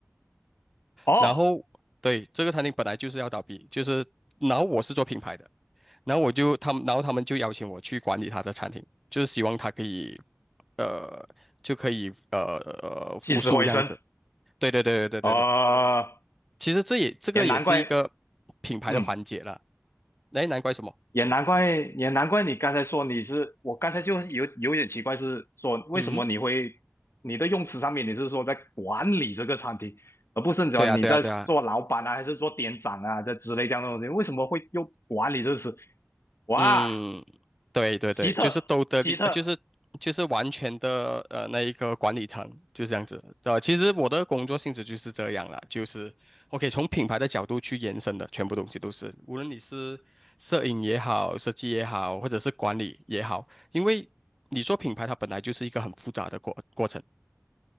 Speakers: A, on the left; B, in the centre.
A: 哦，
B: 然后对这个餐厅本来就是要倒闭，就是然后我是做品牌的，然后我就他们，然后他们就邀请我去管理他的餐厅，就是希望他可以，呃，就可以呃呃复苏这样子。
A: 起死回生，
B: 对对对对对对对，
A: 哦，
B: 其实这也这个也是一个品牌的环节了。
A: 也难怪，嗯。
B: 哎，难怪什么？
A: 也难怪，也难怪你刚才说你是，我刚才就是有有点奇怪，是说为什么你会你的用词上面你是说在管理这个餐厅，
B: 嗯，
A: 而不是讲你在做老板啊，
B: 对啊对啊对啊，
A: 还是做店长啊这之类这样的东西，为什么会用管理这个词？哇，
B: 嗯，对对对，
A: 奇特，
B: 就是都得利，
A: 奇特，
B: 呃就是就是完全的呃那一个管理层就是这样子。呃，其实我的工作性质就是这样啦，就是 OK 从品牌的角度去延伸的，全部东西都是，无论你是摄影也好，设计也好，或者是管理也好，因为你做品牌它本来就是一个很复杂的过过程。